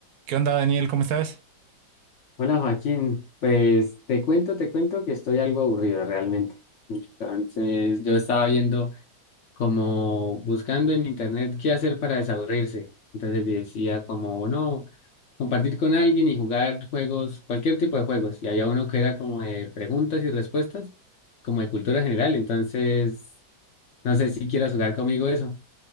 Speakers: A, on the right; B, on the left.
A: ¿Qué onda, Daniel? ¿Cómo estás?
B: Hola Joaquín, pues te cuento, te cuento que estoy algo aburrido realmente. Entonces yo estaba viendo como buscando en internet qué hacer para desaburrirse. Entonces decía como no, compartir con alguien y jugar juegos, cualquier tipo de juegos. Y había uno que era como de preguntas y respuestas, como de cultura general. Entonces no sé si quieras jugar conmigo eso.